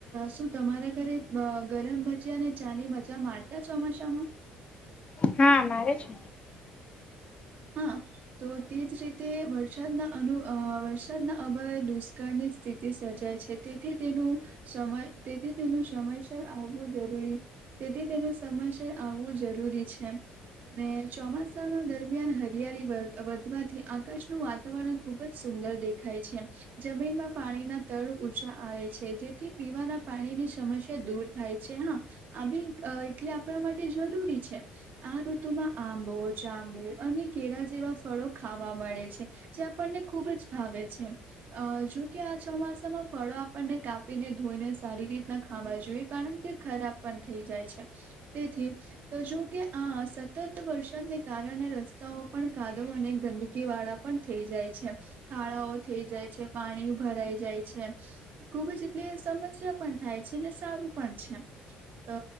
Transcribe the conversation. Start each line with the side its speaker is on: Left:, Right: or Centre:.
Right: શું તમારા ઘરે અ ગરમ ભજીયા અને ચા ની મજા મારતા ચોમાસામાં?
Left: હા મારે છે.
Right: હા. તો તે જ રીતે વરસાદના અનુ અ વરસાદના અભાવે દુષ્કાળની સ્થિતિ સર્જાય છે. તેથી તેનું સમય તેથી તેનું સમયસર આવવું જરૂરી. તેથી તેનું સમય સે આવવું જરૂરી છે. ને ચોમાસા ના દરમિયાન હરિયાળી વ વધવાથી આકાશનું વાતાવરણ ખુબ જ સુંદર દેખાય છે. જમીનમાં પાણીના તળ ઊંચા આવે છે. જેથી પીવાના પાણીની સમસ્યા દૂર. થાય છે હા. આ બી અ એટલે આપણા માટે જરૂરી છે. આ ઋતુ માં આંબો જાબુ. અને કેળા જેવા ફળો ખાવા મળે છે. જે આપણને ખુબ જ ભાવે છે. અ જોકે આ ચોમાસામાં ફળો આપણને કાપીને, ધોઈને સારી રીતના ખાવા જોઈએ કારણ કે. ખરાબ પણ થઈ જાય છે. તેથી તો જોકે આ અસ. સતત વરસાદને કારણે રસ્તાઓ પણ કાદો અને ગંદકી વાળા પણ થઈ જાય છે. ખાળાઓ થઈ જાય છે. પાણી ભરાઈ જાય છે. ખુબ જ એટલે સમસ્યા પણ થાય છે અને સારું પણ છે. અ